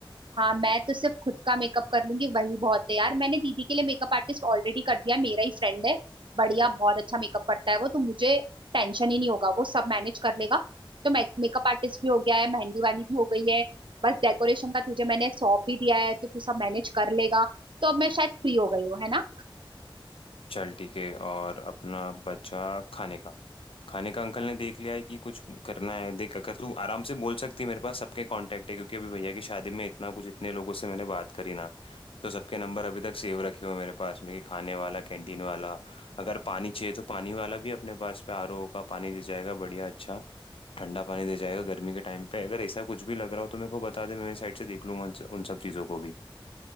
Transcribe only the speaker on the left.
चल ठीक है और अपना बचा खाने का खाने का अंकल ने देख लिया है कि कुछ करना है देख अगर तू आराम से बोल सकती है मेरे पास सबके कांटेक्ट है क्योंकि अभी भैया की शादी में इतना कुछ इतने लोगों से मैंने बात करी ना तो सबके नंबर अभी तक सेव रखे हुए हैं मेरे पास में कि खाने वाला कैंटीन वाला अगर पानी चाहिए तो पानी वाला भी अपने पास पे आरओ का पानी दे जाएगा बढ़िया अच्छा ठंडा पानी दे जाएगा गर्मी के टाइम पे अगर ऐसा कुछ भी लग रहा हो तो मेरे को बता दे मैं मेरी साइड से देख लूंगा उन उन सब चीज़ों को भी